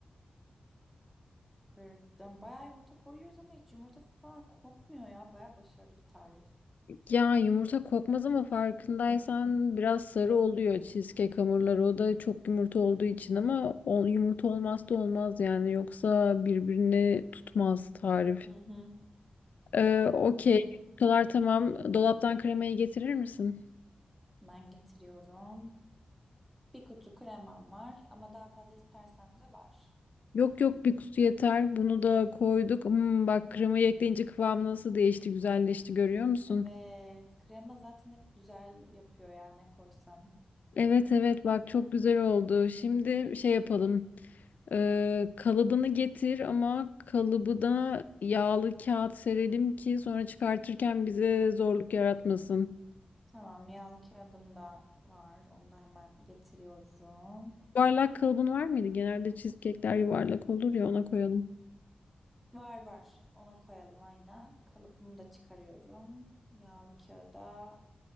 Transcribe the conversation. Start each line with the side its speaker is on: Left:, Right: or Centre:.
Centre: Kırdım. Bayağı yumurta koyuyoruz ama hiç yumurta falan kokmuyor ya. Bayağı başarılı bir tarif.
Left: Ya yumurta kokmaz ama farkındaysan biraz sarı oluyor cheesecake hamurları. O da çok yumurta olduğu için ama o, yumurta olmazsa olmaz yani. Yoksa birbirini tutmaz tarif.
Centre: Hı hı.
Left: Ee, okey.
Centre: Tamam.
Left: Yumurtalar tamam. Dolaptan kremayı getirir misin?
Centre: Ben getiriyorum. Bir kutu kremam var ama daha fazla istersen de var.
Left: Yok yok bir kutu yeter. Bunu da koyduk. Hmm, bak kremayı ekleyince kıvamı nasıl değişti, güzelleşti görüyor musun?
Centre: Evet, krema zaten hep güzel yapıyor ya ne koysan.
Left: Evet evet bak çok güzel oldu. Şimdi şey yapalım. Ee, kalıbını getir ama kalıbı da yağlı kağıt serelim ki sonra çıkartırken bize zorluk yaratmasın.
Centre: Tamam, yağlı kağıdım da var. Onu da hemen getiriyorum.
Left: Yuvarlak kalıbın var mıydı? Genelde cheesecake'ler yuvarlak olur ya ona koyalım.
Centre: Var var. Ona koyalım aynen. Kalıbımı da çıkarıyorum. Yağlı kağıda.